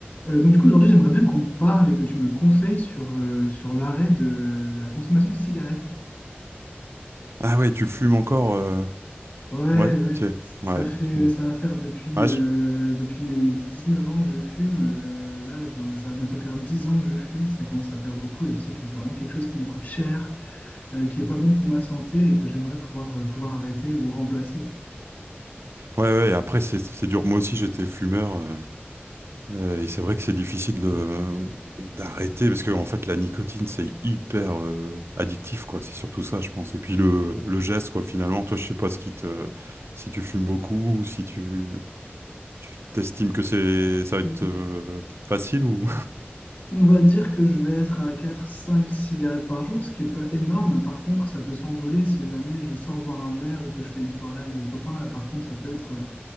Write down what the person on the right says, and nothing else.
Ah ouais, tu fumes encore euh,
Ouais,
tiens
Ouais.
bon.
Ouais,
je-
ouais, ouais, après, c'est c'est dur. Moi aussi, j'étais fumeur. euh, euh, et c'est vrai que c'est difficile de d'arrêter parce que en fait la nicotine c'est hyper euh, addictif quoi c'est surtout ça je pense et puis le, le geste quoi finalement toi je sais pas ce qui te si tu fumes beaucoup ou si tu tu t'estimes que c'est ça va
être euh, facile ou